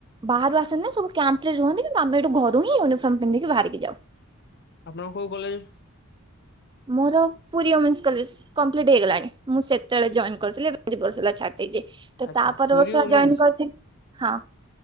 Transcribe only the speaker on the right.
ବାହାରୁ ଆସନ୍ତି ନା ସବୁ କ୍ୟାମ୍ପ ରେ ରୁହନ୍ତି କିନ୍ତୁ ଆମେ ଏଠୁ ଘରୁ ହିଁ ୟନିଫର୍ମ ପିନ୍ଧିକି ବାହାରିକି ଯାଉ।
ମୋର ପୁରୀଓମେନ୍ସ କଲେଜ୍ କଂପ୍ଲିଟ୍ ହେଇଗଲାଣି। ମୁଁ ସେତେବେଳେ ଜୟନ୍ କରିଥିଲିଏବେ ଦି ବର୍ଷ ହେଲା ଛାଡି ଦେଇଛି। ତ
ତାପର
ବର୍ଷ
ଜଏନ୍ କରିଥିଲି ହଁ